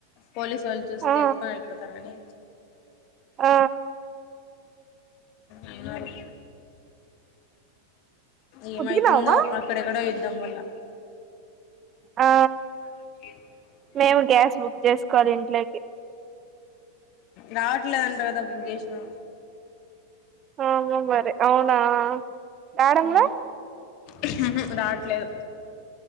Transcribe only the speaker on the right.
ఆ
ఆ
ఉతికినావా
ఆ
మేము గ్యాస్ బుక్ చేసుకోవాలి ఇంట్లోకి
ఆ మమ్ మరి అవునా రాడంలా